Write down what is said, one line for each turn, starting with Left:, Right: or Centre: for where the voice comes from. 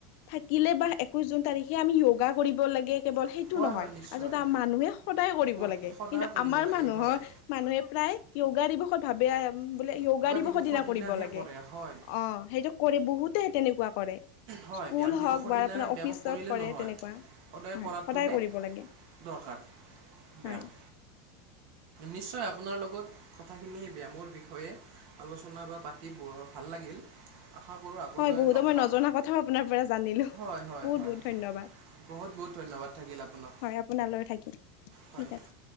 Left: থাকিলে বা, একৈশ জুন তাৰিখে আমি যয়োগা কৰিব লাগে। কেৱল সেইটো
Right: হয়
Left: নহয়।
Right: হয় নিশ্চয়
Left: আচলতে মানুহে সদায় কৰিব
Right: ক'ত
Left: লাগে,
Right: সদায়
Left: কিন্তু
Right: কৰিব
Left: আমাৰ
Right: লাগে
Left: মানুহৰ।
Right: হয়
Left: মানুহে প্ৰায় যয়োগা দিৱসত ভাবে। বোলে যয়োগা
Right: য়োগা
Left: দিৱসৰ দিনা
Right: দিনাহে
Left: কৰিব লাগে,
Right: কৰে হয়
Left: অ সেইটো কৰে বহুতে তেনেকুৱা কৰে।
Right: হয়
Left: স্কুল
Right: ব্যায়াম দিৱসৰ
Left: হওক বা,
Right: দিনাই
Left: আপোনাৰ
Right: ব্যায়াম
Left: অফিচত
Right: কৰিলে
Left: কৰে
Right: নহয়
Left: তেনেকুৱা
Right: সদায় কৰাটোহে
Left: সদায় কৰিব লাগে।
Right: দৰকাৰ ব্যায়াম।
Left: হয়
Right: নিশ্চয় আপোনাৰ লগত কথাখিনি ব্যায়ামৰ বিষয়ে। আলোচনা বা পাতি ভাল লাগিল। আশা কৰোঁ আগলৈ
Left: হয়, বহুতো
Right: লগ
Left: মই
Right: পাম
Left: নজনা কথাও আপোনাৰ পৰা জানিলো
Right: হয় হয়
Left: বহুত-
Right: হয়
Left: বহুত ধন্যবাদ।
Right: বহুত বহুত ধন্যবাদ থাকিল আপোনাক
Left: হয় আপোনালৈ থাকিল,
Right: হয়
Left: ঠিক আছে।